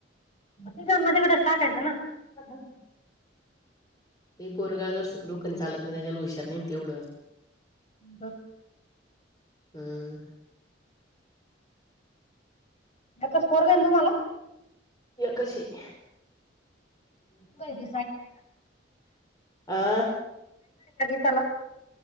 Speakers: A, on the left; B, on the left.
A: <inaudible>
B: <unintelligible> <inaudible>
A: ह का
B: हम्म
A: एकच पोरग हाय तुम्हाला
B: कशी
A: <inaudible>
B: आ.
A: त्याला